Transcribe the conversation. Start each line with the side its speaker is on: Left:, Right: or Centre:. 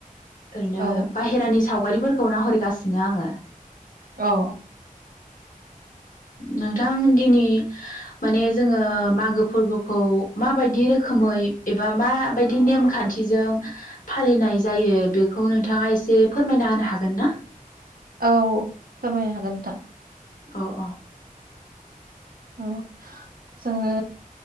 Left: ओरैनो
Right: औ
Left: बाहेरानि सावगारिफोरखौ नाहरगासिनो आङो।
Right: औ
Left: नोंथां दिनि माने जोङो मागो फोरबोखौ माबायदि रोखोमै एबा माबायदि नेमखान्थिजों फालिनाय जायो बेखौ नोंथाङा एसे फोरमायना होनो हागोन ना?
Right: औ फोरमायनो हागोन नोंथां।
Left: अ अ।
Right: ओ जोङो